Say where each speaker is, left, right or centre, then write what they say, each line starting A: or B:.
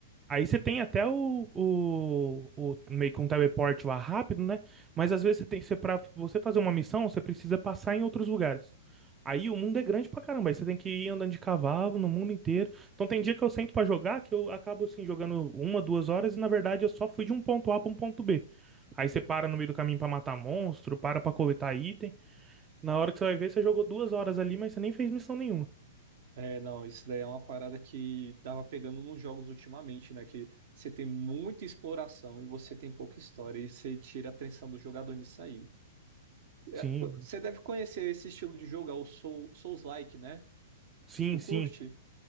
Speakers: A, on the right (about 20°); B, on the right (about 60°).
A: Aí você tem até o, o, o- meio que um teleporte lá rápido, né? Mas às vezes você tem você para você fazer uma missão, você precisa passar em outros lugares. Aí o mundo é grande pra caramba, aí você tem que ir andando de cavalo no mundo inteiro. Então tem dia que eu sento pra jogar que eu acabo assim jogando uma, duas horas e na verdade eu só fui de um ponto A pra um ponto B. Aí você para no meio do caminho pra matar monstro, para pra coletar item. Na hora que você vai ver, você jogou duas horas ali, mas você nem fez missão nenhuma.
B: É, não, isso daí é uma parada que tava pegando nos jogos ultimamente, né? Que você tem muita exploração e você tem pouca história e você tira a atenção do jogador nisso aí. É,
A: Sim,
B: pô,
A: eu-
B: você deve conhecer esse estilo de jogo, é o Soul, Souls-like, né?
A: sim,
B: Tu
A: sim.
B: curte?